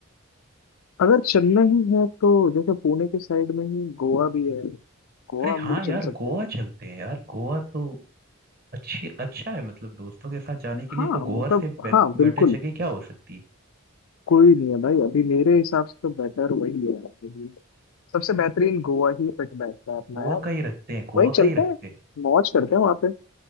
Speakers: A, on the left; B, on the right.
A: अगर चलना ही है तो जैसे पुणे के साइड में ही गोवा भी है गोवा
B: अरे
A: हम
B: हाँ
A: लोग
B: यार
A: चल सकते
B: गोवा
A: हैं
B: चलते हैं यार गोवा तो अच्छी अच्छा है मतलब दोस्तों के साथ जाने के
A: हाँ
B: लिए तो
A: मतलब
B: गोवा से बे,
A: हाँ बिल्कुल
B: बेटर जगह क्या हो सकती है
A: कोई नहीं है भाई अभी मेरे हिसाब से तो बेटर वही है अपने लिए सबसे
B: तो
A: बेहतरीन
B: फिर
A: गोवा ही फिट बैठता है अपना
B: गोवा
A: यार
B: का ही रखते हैं गोवा
A: वही
B: का
A: चलता
B: ही रखते
A: है
B: हैं
A: मौज करते हैं वहां पे